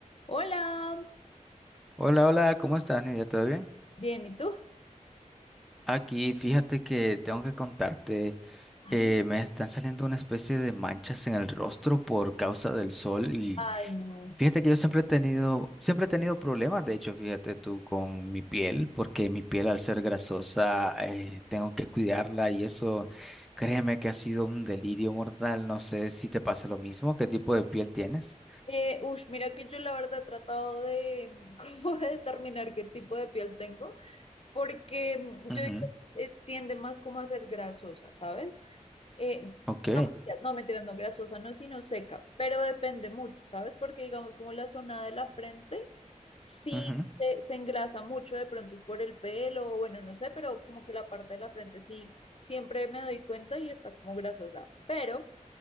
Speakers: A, on the left; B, in the centre.
A: Hola,
B: Hola, hola, ¿cómo estás, Nidia? ¿Todo bien?
A: bien, ¿y tú?
B: Aquí, fíjate que tengo que contarte,
A: Ay,
B: eh, me están saliendo una especie de manchas en el rostro por causa del sol y
A: Ay, no.
B: fíjate que yo siempre he tenido, siempre he tenido problemas, de hecho, fíjate tú, con mi piel, porque mi piel al ser grasosa, eh, tengo que cuidarla y eso, créeme que ha sido un delirio mortal, no sé si te pasa lo mismo, ¿qué tipo de piel tienes?
A: Eh, ush, mira que yo la verdad he tratado de <laughs> cómo determinar qué tipo de piel tengo, porque mm,
B: Ujú,
A: yo digo que eh, tiende más como a ser grasosa, ¿sabes? Eh,
B: Ok,
A: no, mentiras, no, mentiras, no, grasosa, no, sino seca, pero depende mucho, ¿sabes? Porque digamos como la zona de la frente sí
B: ujú,
A: se, se engrasa mucho, de pronto es por el pelo, o bueno, no sé, pero como que la parte de la frente sí, siempre me doy cuenta y está como grasosa, pero...